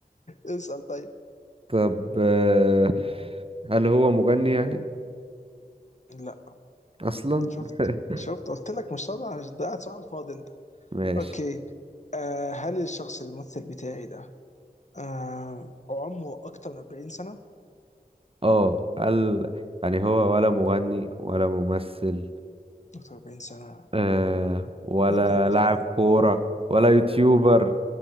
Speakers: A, on the left; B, on the right.
A: اسأل طيب
B: طب آه، هل هو مغني يعني
A: لا
B: اصلا
A: شفت
B: <laughs>
A: شفت قلت لك مش صادق مش ده قاعد صح على الفاضي انت
B: ماشي
A: اوكي آه هل الشخص الممثل بتاعي ده آه عمره أكتر من 40 سنة
B: اه قال يعني هو ولا مغني ولا ممثل
A: أكتر من 40 سنة
B: آه ولا
A: مين ده يا جدعان؟
B: لاعب كورة ولا يوتيوبر